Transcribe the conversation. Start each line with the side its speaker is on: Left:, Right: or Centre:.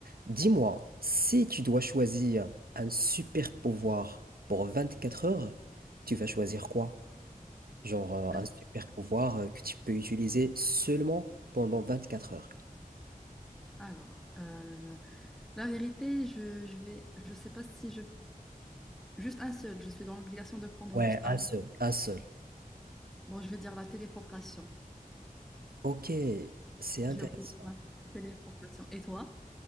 Right: Dis-moi, si tu dois choisir un super pouvoir pour 24 heures, tu vas choisir quoi? Genre euh,
Centre: Hein,
Right: un super pouvoir euh, que tu peux utiliser seulement pendant 24 heures.
Centre: Alors, euh, la vérité, je, je vais, je sais pas si je, juste un seul, je suis dans l'obligation de prendre
Right: Ouais,
Centre: juste
Right: un
Centre: un.
Right: seul. Un seul.
Centre: Bon, je vais dire la téléportation.
Right: Ok, c'est intéressant.
Centre: J'ai opté pour la téléportation. Et toi?